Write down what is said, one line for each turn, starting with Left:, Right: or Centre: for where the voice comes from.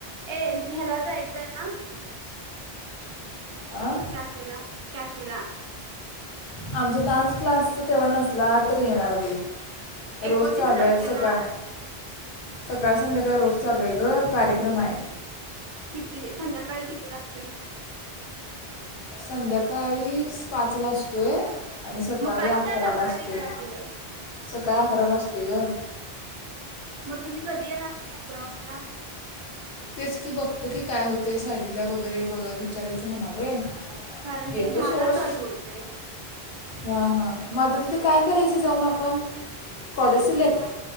Right: ए घ्यायला जायचय ना.
Left: हा.
Right: काला काॅफला. <unintelligible>
Left: आमचा डान्स क्लास तर तेव्हा नसला तरी येणार बे. रोज
Right: एकोणतीस
Left: चालू
Right: तारखेला
Left: आहे सकाळ. सकाळ संध्याकाळ रोज चालूय ग कार्यक्रम आहे.
Right: किती संध्याकाळी किती लागते?
Left: संध्याकाळी. पाचला असतोय आणि सकाळी
Right: मग पाचच्यात
Left: अकराला
Right: आवरतंय
Left: असतोय.
Right: की आपलं.
Left: सकाळी अकराला असतोय गं.
Right: मग तुम्ही कधी येणार आहे कॅपरांउंडला.
Left: तेच की बघतो की काय होतेय सायलीला वगैरे ब विचारायचं म्हणालोय.
Right: कारण
Left: येतो
Right: ते दहाला
Left: सोड.
Right: चालू होते
Left: हा हा म आता तिथं काय करायचं जाऊन आपण कॉलेज सिलेक्ट
Right: आता